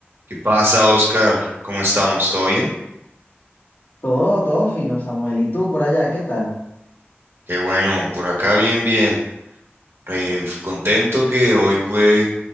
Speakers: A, on the right (about 65°); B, on the left (about 55°).
A: ¿Qué pasa, Oscar? ¿Cómo estamos? ¿Todo bien?
B: Todo, todo fino, Samuel. ¿Y tú por allá, qué tal?
A: Qué bueno, por acá bien, bien. Eh, contento que hoy pude